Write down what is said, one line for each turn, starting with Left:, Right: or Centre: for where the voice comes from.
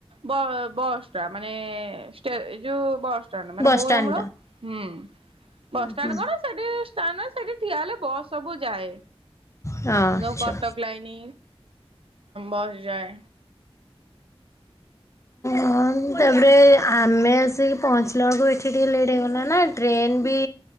Right: ବ-ବସ୍ ଟା, ମାନେ ଏ-ଏ-ଏ ଟେ, ଏଇ ଯୋଉ ବସଷ୍ଟାଣ୍ଡ ମାନେ
Left: ବସଷ୍ଟାଣ୍ଡ
Right: ମଉରମୂଳ ମୂଳ! ହୁଁ
Left: ଟା
Right: ବସଷ୍ଟାଣ୍ଡ କଣ? ସେଠି-ଇ ତା, ନା ସେଠି ଠିଆ ହେଲେ, ବସ୍ ସବୁ ଯାଏ।
Left: ଆଚ୍ଛା।
Right: ଯୋଉ କଟକ ଲାଇନି ବସ୍ ଯାଏ। ହ
Left: ହଁ, ତାପରେ ଆମେ ଆସିକି ପହଞ୍ଚିଲା ଅଳକୁ ଏଠି ଟିକେ ଲେଟ୍ ହେଇଗଲା ନା, ଟ୍ରେନ ବି